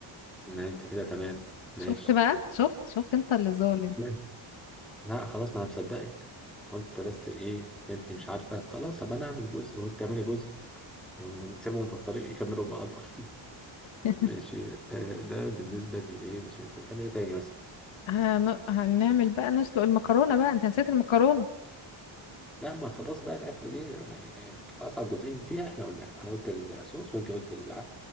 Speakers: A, in the centre; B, on the left.
A: ما انت كده تمام ماشي
B: شفت بقى شفت شفت انت اللي ظالم
A: مم. لا خلاص ما انا مصدقك قلت بس ايه انت مش عارفة خلاص ابقى انا اعمل جزء وانت تعملي جزء ونسيبهم في الطريق يكملوا بعضهم <laughs>
B: <laughs>
A: ماشي آه ده بالنسبة للايه مش انت بتحب ايه تاني مثلا
B: هن... هنعمل بقى نسلق المكرونة بقى انت نسيت المكرونة
A: لا ما خلاص بقى الاكله دي ما- يعني اصعب جزئين فيها احنا قلنا انا قلت الصوص وانت قلت العدس